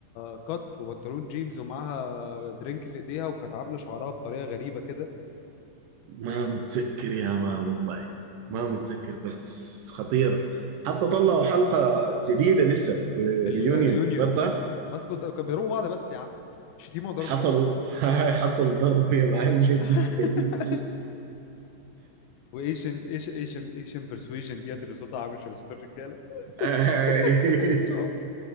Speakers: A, on the left (about 80°); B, on the right (about 75°).
A: كات وبنطلون جينز ومعاها درينك في ايديها وكانت عامله شعرها بطريقه غريبه كده
B: ما متذكر يا مان والله
A: امم
B: ما متذكر بس خطيرة حتى طلعوا حلقة جديدة لسه
A: الريونيون
B: ريونيون حضرتها
A: مسكوا د- كانوا بيضربوا بعض بس يا عم شتيمه وضرب
B: حصلوا
A: بس
B: <laughs> حصل ضرب يا معلم
A: <laughs>
B: ثقيل
A: وايشن ايش ايشن ايشن برسويجن ديت اللي صوتها عامل شبه صوت الرجاله
B: آي.
A: <laughs> الشوك